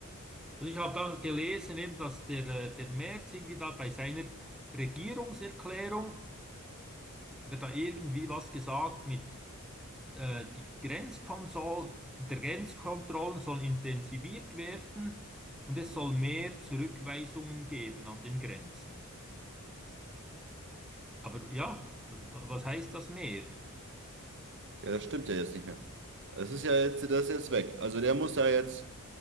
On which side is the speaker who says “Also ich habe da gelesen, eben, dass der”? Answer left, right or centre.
Centre